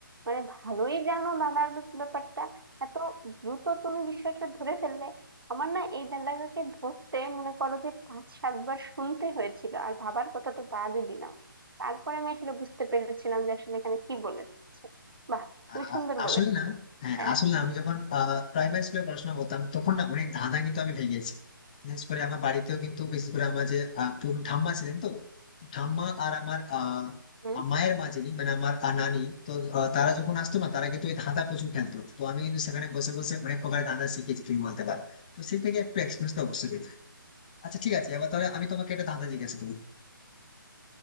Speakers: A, on the right; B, on the left.
A: মানে ভালোই জানো দাদার ব্যাপ- ব্যাপারটা এত দ্রুত তুমি বিষয়টা ধরে ফেললে আমার না এই দাদাকে ধরতে মনে করো যে পাঁচ সাতবার শুনতে হয়েছিল আর ভাবার কথা তো বাদই দিলাম তারপরে আমি আসলে বুঝতে পেরেছিলাম যে আসলে এখানে কি বলেছে বাহ তুমি
B: আ- আ-
A: সুন্দর
B: আসলে
A: বলেছো
B: না হ্যাঁ
A: হ্যাঁ
B: আসলে আমি যখন প্রাইমারি স্কুলে পড়াশোনা করতাম তখন না অনেক ধাঁধা কিন্তু আমি ঠেকিয়েছি বিশেষ করে আমার বাড়িতেও কিন্তু বিশেষ করে আমার যে আহ, পুরো ঠাম্মা ছিলেন তো ঠাম্মা আর আমার আহ
A: হুম
B: মায়ের মা যিনি মানে আমার আহ, নানি তো আহ, তারা যখন আসতো না তারা কিন্তু ওই ধাঁধা প্রচুর খেলতো তো আমি কিন্তু সেখানে বসে বসে অনেক প্রকার ধাঁধা শিখেছি তুমি বলতে পারো তো সেই থেকে একটু এক্সপিরিয়েন্স তো অবশ্যই পেয়েছি। আচ্ছা ঠিক আছে এবার তাহলে আমি তোমাকে একটা ধাঁধা জিজ্ঞাসা করি